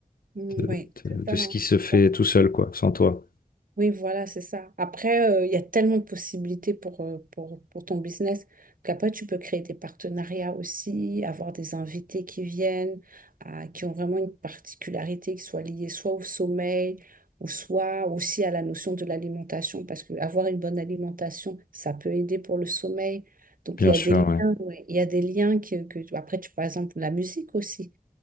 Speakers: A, on the right; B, on the left.
A: Mm,
B: de,
A: Oui, c'est
B: de- de
A: ça, hein,
B: ce qui se
A: c'est
B: fait
A: ça.
B: tout seul, quoi, sans toi.
A: Oui, voilà, c'est ça. Après, euh, il y a tellement de possibilités pour, euh, pour, pour ton business qu'après, tu peux créer des partenariats aussi, avoir des invités qui viennent, à- qui ont vraiment une particularité qui soit liée soit au sommeil ou soit aussi à la notion de l'alimentation, parce que avoir une bonne alimentation, ça peut aider pour le sommeil. Donc,
B: Bien
A: il y a
B: sûr,
A: des liens,
B: ouais.
A: ouais, il y a des liens que, que- après, tu, par exemple, la musique aussi.